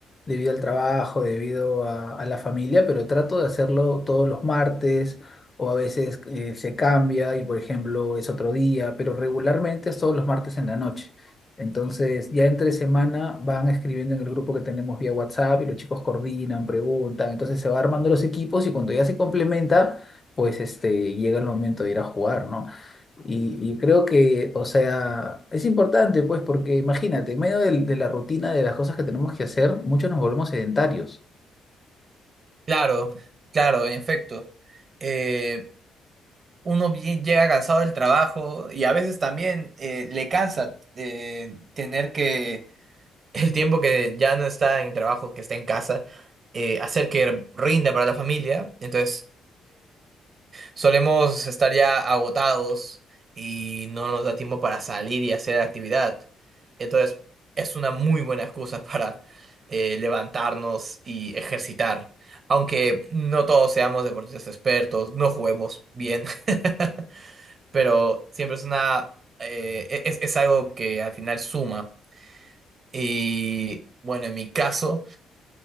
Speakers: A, on the left; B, on the right.
A: debido al trabajo, debido a, a la familia, pero trato de hacerlo todos los martes o a veces eh, se cambia y por ejemplo es otro día, pero regularmente es todos los martes en la noche. Entonces ya entre semana van escribiendo en el grupo que tenemos vía WhatsApp y los chicos coordinan, preguntan, entonces se va armando los equipos y cuando ya se complementa, pues este, llega el momento de ir a jugar, ¿no? Y, y creo que, o sea, es importante, pues, porque imagínate, en medio del- de, la rutina de las cosas que tenemos que hacer, muchos nos volvemos sedentarios.
B: Claro, claro, en efecto. Eh, uno bien llega cansado del trabajo y a veces también eh, le cansa eh, tener que el tiempo que ya no está en el trabajo, que está en casa, eh, hacer que rinda para la familia. Entonces, Solemos estar ya agotados y no nos da tiempo para salir y hacer actividad. Entonces, es una muy buena excusa <laughs> para eh, levantarnos y ejercitar. Aunque no todos seamos deportistas expertos, no juguemos bien, <laughs> pero siempre es una, eh, e, es, es algo que al final suma. Y bueno, en mi caso,